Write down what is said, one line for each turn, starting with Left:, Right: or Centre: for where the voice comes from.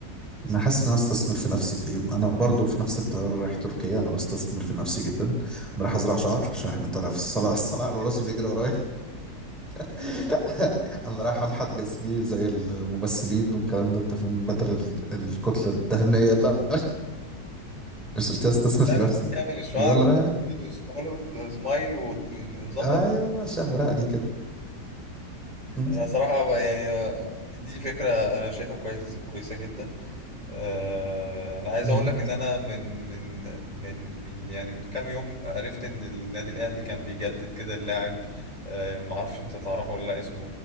Centre: انا حاسس ان انا استثمر في نفسي في ايه انا برضو في نفس الطياره رايح تركيا انا بستثمر في نفسي جدا انا رايح ازرع شعر عشان احنا طالع في الصلاه الصلاه على
Right: <laughs>
Centre: راسي بيجري ورايا <laughs> انا رايح انحت جسمي زي الممثلين والكلام ده انت فاهم بدل ال- الكتله الدهنيه لا <laughs> مش قلت استثمر
Right: تعمل
Centre: في نفسي
Right: تعمل الشعر
Centre: ده اللي رايح
Right: وهوليوود سمايل ونظبط
Centre: ايوه شاب رقلي كده م-
Right: انا صراحة ب- يعني آه، دي دي فكرة انا شايفها كويس كويسة جدا آه، انا عايز
Centre: م.
Right: اقول لك ان انا من من من من يعني من كام يوم عرفت ان النادي الاهلي كان بيجدد كده اللاعب آه، معرفش انت تعرفه ولا لا اسمه